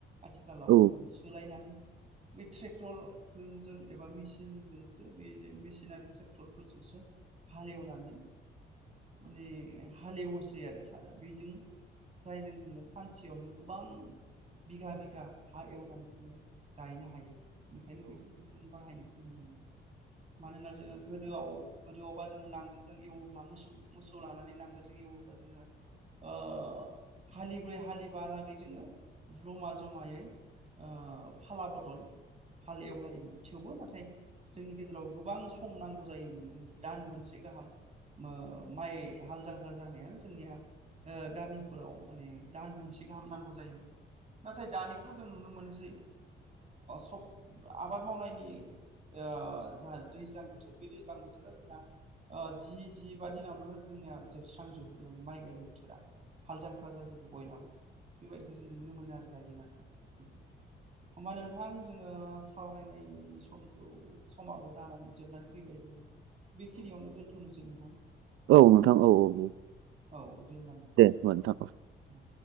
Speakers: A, on the right; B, on the right.
A: आथिखालाव
B: औ
A: माने सोलायनानै बै ट्रेक्टर जों एबा मेसिनजोंसो बे मेसिनारि ट्रेक्टरफोरजोंसो हालेवनानै माने हालेवोसै आरो बेजों जायजों जोङो सानसेयावनो गोबां बिघा बिघा हा एवनानै जोङो गायनो हायो ओंखायनो बेफोरखौ जों बाहायनायखौ नुनो मोनो मानोना जोङो गोदोआव गोदोआवबा जोङो नांगोलजों एवोब्ला मोसौ मोसौ लानानै नांगोलजों एवोब्ला जोङो ओ हालिब्रै हालिबालागै जोङो जमा जमायै ओ फाला बदल हाल एवलायोमोन थेवबो नाथाय जोंनि गेजेराव गोबां सम नांगौ जायोमोन जोंनो दान मोनसे गाहाम ओ माइ हाल जांख्रा जानायानो जोंनिया ओ गामिफोराव माने दान मोनसे गाहाम नांगौ जायोमोन नाथाय दानिखौथ' जों नुनो मोनो मोनसै सब आबाद मावनायनि ओ जोंहा दैज्लां बोथोर बे दैज्लां बोथोराव जोंना ओ जि जिबा दिनावनो जोंनिया जोबस्रांजोबो माने माइ गायनाय बोथोरा हाल जां खारा जाजोबो बयनाबो बेबायदिखौ जों नुनो मोनो आरो दायो नाथाय
B: <unintelligible>
A: नोंथां होमबा नोंथां जोङो सावरायनायनि समखौ समाबो जानानै जोबनानै फैबाय जों बेखिनियावनो दोन्थ'नोसै नोंथां
B: औ नोंथां औ औ औ
A: औ दे होमबा नोंथां
B: दे होनबा नोंथां औ
A: औ